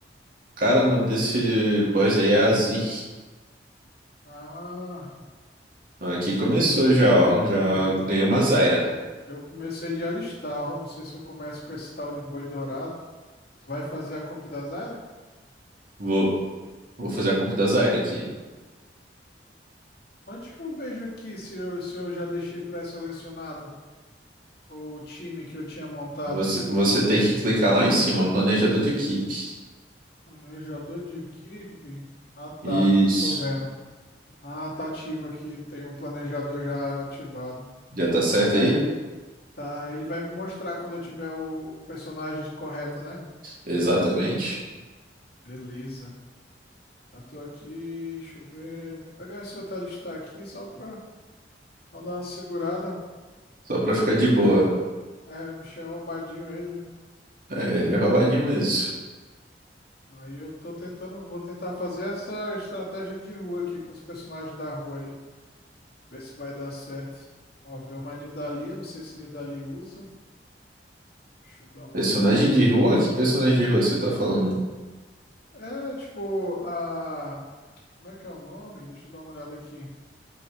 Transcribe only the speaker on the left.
Ah,
aí.
Eu, eu comecei de alistar, ó. Não sei se eu começo com esse tal de boi dourado. Tu vai fazer a compra da Zara?
Onde que eu vejo aqui se eu, se eu já deixei pré-selecionado? Ou o time que eu tinha montado?
Planejador de equipe? Ah, tá.
Tô vendo. Ah, tá ativo aqui. Tem um planejador já ativado.
Aí
ele, Tá, ele vai me mostrar quando eu tiver o, o personagem correto, né?
Beleza. Eu tô aqui, deixa eu ver. Vou pegar esse outro alistar aqui só pra pra dar uma segurada.
Porque
esse
alistar
é, é, o bicho é roubadinho, ele, né?
Aí eu tô tentando, vou tentar fazer essa estratégia de rua aqui com os personagens da rua aí. Ver se vai dar certo. Ó, ver uma Nidalee, não sei se Nidalee usa. Deixa eu dar uma
olhada. LeBlanc.
É, tipo, a. Como é que é o nome? Deixa eu dar uma olhada aqui.